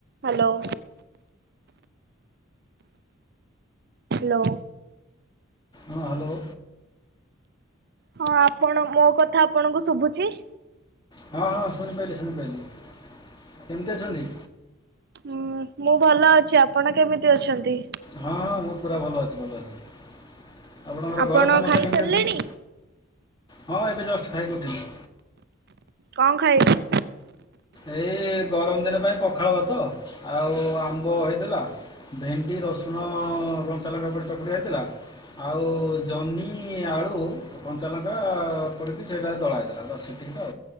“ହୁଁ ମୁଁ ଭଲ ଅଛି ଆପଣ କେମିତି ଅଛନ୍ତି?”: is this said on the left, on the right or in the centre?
Right